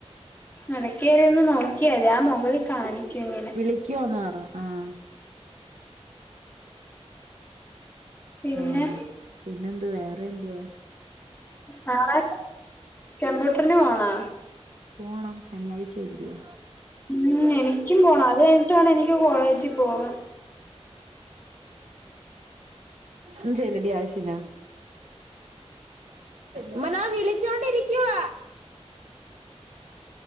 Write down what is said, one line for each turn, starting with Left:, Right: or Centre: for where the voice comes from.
Left: എടക്കേറിയൊന്ന് നോ ക്കിയതി ആ മോകളി കാണിക്കും ഇങ്ങനെ
Right: വിളിക്കുവോന്ന് പറ ആഹ്
Left: പിന്നെ
Right: ആഹ് പിന്നെന്ത് വേറെ എന്തുവാ
Left: നാളെ കമ്പ്യൂട്ടറിന് പോണേ
Right: പോണം ശനിയാഴ്ച അല്ലിയോ
Left: ഉം എനിക്കും പോണം അത് കഴിഞ്ഞിട്ടാണ് എനിക്ക് കോളേജിൽ പോവാൻ
Right: എന്റേത് റെഡിയായിട്ടില്ല ഉമ്മ ഞാൻ വിളിച്ചു കൊണ്ടിരിക്കുവാ